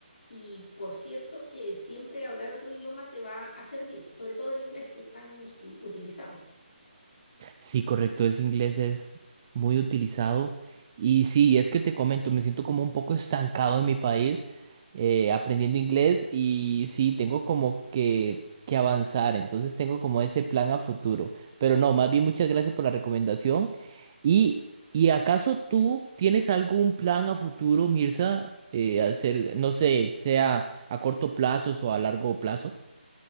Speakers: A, on the left; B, on the right.
A: Y por cierto que siempre hablar otro idioma te va a servir, sobre todo el inglés que es tan usti- utilizado.
B: Sí, correcto, ese inglés es muy utilizado. Y sí, es que te comento, me siento como un poco estancado en mi país eh, aprendiendo inglés y sí, tengo como que, que avanzar, entonces tengo como ese plan a futuro. Pero no, más bien muchas gracias por la recomendación. ¿Y, y acaso tú tienes algún plan a futuro, Mirza, eh, hacer, no sé, sea a corto plazo o a largo plazo?